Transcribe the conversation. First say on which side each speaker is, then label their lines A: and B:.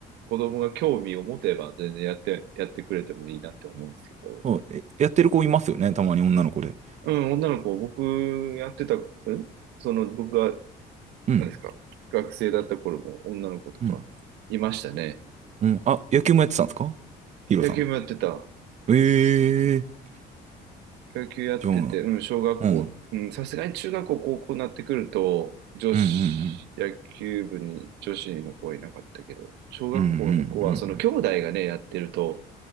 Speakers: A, on the right (about 85°); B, on the right (about 45°).
A: 子供が興味を持てば全然やって、やってくれてもいいなって思うんですけど。
B: そう。えやってる子いますよね。たまに女の子で。
A: うん、女の子、僕やってた、んその僕が
B: うん。
A: なんですか。学生だった頃も女の子とかいましたね。
B: うん。うん。あ、野球もやってたんですかヒロさん。
A: 野球もやってた。
B: ええー。
A: 野球やってて、
B: じゃあ、うん。
A: うん、小学校、
B: うんうん
A: うん、さすがに中学校、高校になってくると、女子、
B: うん。
A: 野球部に女子の子はいなかったけど、小学校の子は、
B: うんうんうん。
A: その兄弟がね、やってると、